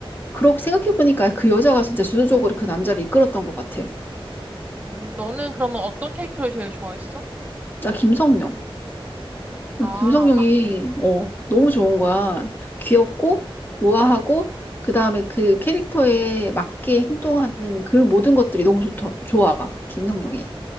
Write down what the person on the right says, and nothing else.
음, 너는 그러면 어떤 캐릭터를 제일 좋아했어?
아,